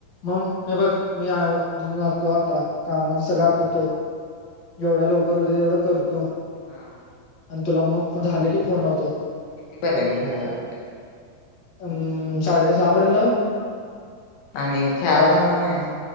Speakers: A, on the left; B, on the left.
A: मम ए बघ मी आय
B: हा
A: औ ध्रुवनाथ तो आता कामाचा सगळं आटपतो एवढा लोक करू दे तेवढं करतो
B: हम
A: आणि तुला मग झालं की फोन लावतो
B: किती बरं घरं तरी
A: अम् साडे सहा पर्यंत लावू
B: आणि खेळाला
A: का
B: जाणार नाय